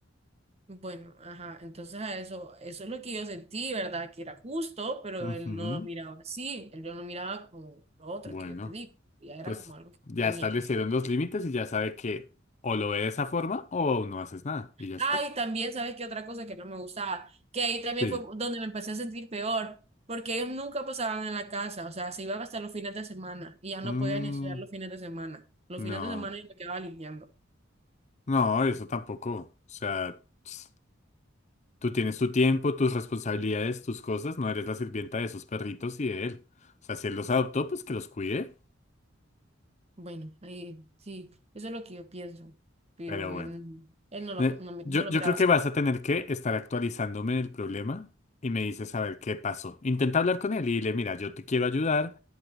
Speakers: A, on the right; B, on the left.
A: Bueno, ajá, entonces a eso, eso es lo que yo sentí, ¿verdad? Que era justo, pero
B: Ujú.
A: él no lo miraba así, él no lo miraba como lo otro
B: Bueno,
A: que yo te digo, ya era
B: pues
A: como algo que
B: ya
A: tenía
B: establecieron
A: que hacer.
B: los límites y ya sabe que o lo ve de esa forma o no haces nada y ya está.
A: Ah, y también, ¿sabes qué otra cosa que no me gustaba? Que ahí también
B: Sí.
A: fue donde me empecé a sentir peor, porque ellos nunca pasaban en la casa, o sea, se iban hasta los fines de semana y ya no
B: Mm,
A: podía ni estudiar los fines de semana. Los
B: no.
A: fines de semana yo me quedaba limpiando.
B: No, eso tampoco. O sea, ps, tú tienes tu tiempo, tus responsabilidades, tus cosas, no eres la sirvienta de esos perritos y de él. O sea, si él los adoptó, pues que los cuide.
A: Bueno, ahí sí, eso es lo que yo pienso, pero
B: Pero bueno.
A: él, él no lo,
B: Ne-
A: no me- no
B: Yo,
A: lo
B: yo
A: miraba
B: creo que
A: así.
B: vas a tener que estar actualizándome del problema y me dices a ver qué pasó. Intenta hablar con él y dile, mira, yo te quiero ayudar,